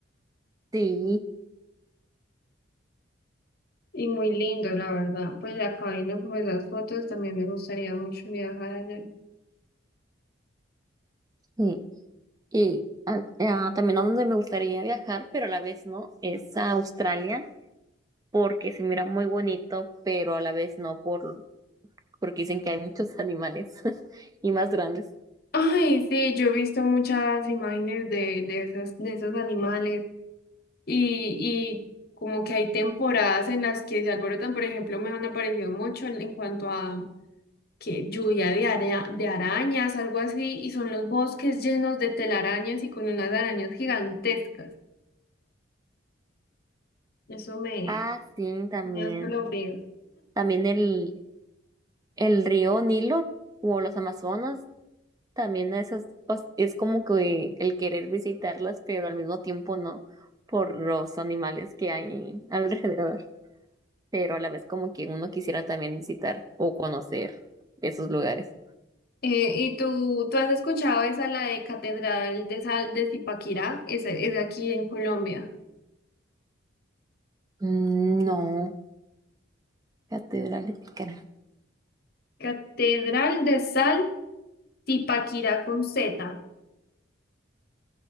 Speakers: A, on the right; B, on the left.
A: Sí,
B: y muy lindo, la verdad. Pues acá viendo como esas fotos, también me gustaría mucho viajar allá.
A: sí. Y ah, ah, también a donde me gustaría viajar, pero a la vez no, es a Australia, porque se mira muy bonito, pero a la vez no, por, porque dicen que hay muchos animales <laughs> y más grandes.
B: Ay, sí, yo he visto muchas imágenes de, de esas, de esos animales y, y como que hay temporadas en las que se alborotan, por ejemplo, me han aparecido mucho en, en cuanto a que lluvia de, ara- de arañas, algo así, y son los bosques llenos de telarañas y con unas arañas gigantescas. Eso me,
A: Ah, sí, también.
B: me da escalofríos.
A: También el, el río Nilo o los Amazonas, también esas, pues, es como que el querer visitarlas, pero al mismo tiempo no, por los animales que hay <laughs> alrededor. pero a la vez como que uno quisiera también visitar o conocer esos lugares.
B: Eh, ¿y tú, tú has escuchado esa, la de Catedral de Sal de Zipaquirá? Esa es aquí en Colombia.
A: Mm, No, Catedral de Pícara.
B: Catedral de Sal Tipaquira con Z.